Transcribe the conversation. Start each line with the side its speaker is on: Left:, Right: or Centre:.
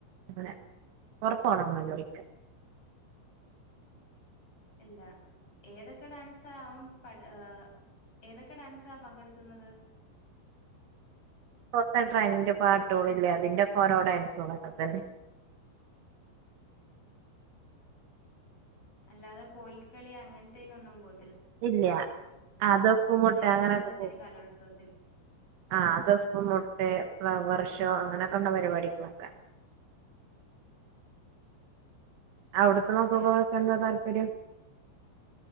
Right: അങ്ങനെ പൊറത്തുപോണൊന്നുമില്ല <unintelligible>
Left: ഇല്ല ഏതൊക്കെ ഡാൻസാ അവൻ പട് ഏ ഏതൊക്കെ ഡാൻസാ പങ്കെടുക്കുന്നത്?
Right: പ്പത്തെ ട്രൈൻ്റ് പാട്ടോളില്ലേ അതിന്റെക്കോരോ ഡൻസോള് അതൊക്കെ തന്നെ.
Left: അല്ലാതെ കോൽക്കളി അങ്ങനത്തേനൊന്നും പോ
Right: ഇല്ല ആ ദഫ്മുട്ട്
Left: യുവജനോത്സവത്തിനും
Right: അങ്ങനൊക്കെ പോവും.
Left: കലോത്സവത്തിനും
Right: ആ ദഫ് മുട്ട് ഫ്ലവർ ഷോ അങ്ങനൊക്കെ ഉള്ള പരിപാടി നോക്കാൻ. അവിടത്തെ നോക്കുമ്പോഴാക്കെ എന്താ താല്പര്യം?